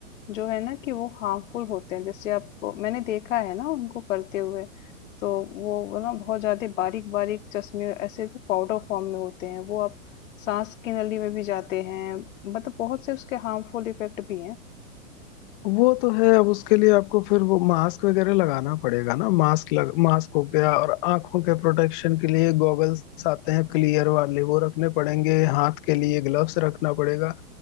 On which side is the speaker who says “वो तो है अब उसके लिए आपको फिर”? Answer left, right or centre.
Left